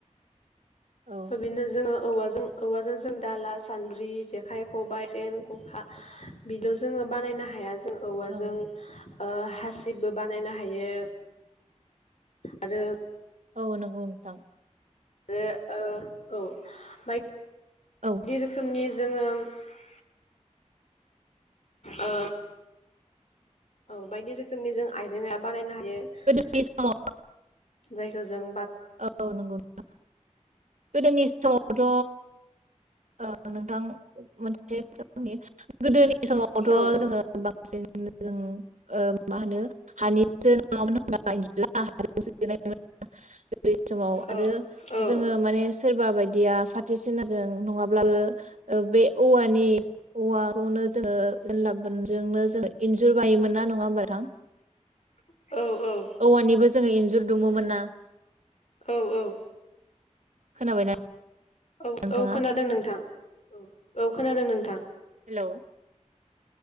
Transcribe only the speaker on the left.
बिनो जोङो औवाजों औवाजों जों दाला सानद्रि जेखाइ खबाइ सेन खखा बेल' जोङो बानायनो हाया जों औवाजों
ओ हासिबबो बानायनो हायो आरो
आरो ओ औ ओमफ्राय बायदि
रोखोमनि जोङो ओ औ बायदि रोखोमनि जों आइजेंआ बानायनो हायो यो
जाय होजों
औ
औ औ
औ औ
औ औ
औ
औ खोनादों नोंथां औ औ खोनादों नोंथां